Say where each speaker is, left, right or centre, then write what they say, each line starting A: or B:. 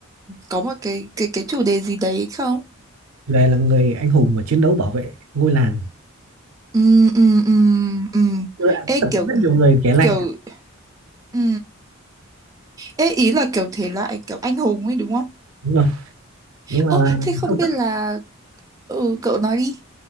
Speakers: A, on the right; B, on the right.
A: có một cái cái cái chủ đề gì đấy không?
B: chủ đề là người anh hùng và chiến đấu bảo vệ ngôi làng
A: Ừ, ừ, ừ, ừ.
B: Tôi đã
A: Ê
B: tập
A: kiểu
B: rất nhiều người kể lạnh
A: kiểu ừ. Ê, ý là kiểu thể loại kiểu anh hùng ấy đúng không?
B: đúng rồi nhưng mà
A: Ơ, thế không
B: không.
A: biết là... Ừ, cậu nói đi.